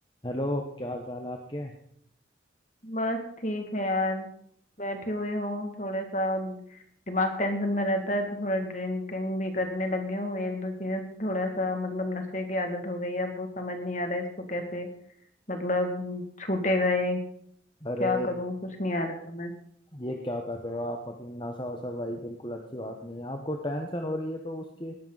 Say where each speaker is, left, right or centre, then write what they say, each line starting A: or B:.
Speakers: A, on the left; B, on the left.
A: Hello क्या हाल चाल है आपके
B: बस ठीक है यार बैठी हुई हूँ थोड़ा सा दिमाग टेंशन में रहता है तो थोड़ा ड्रिंकिंग भी करने लगी हूँ एक दो चीजें थोड़ा सा मतलब नशे की आदत हो गई है अब वो समझ नहीं आ रहा है इसको कैसे मतलब छूटे गए
A: अरे
B: क्या करूँ कुछ नहीं आ रहा समझ
A: ये क्या कर रहे हो आप मतलब नशा वशा भाई बिल्कुल अच्छी बात नहीं है आपको टेंशन हो रही है तो उसके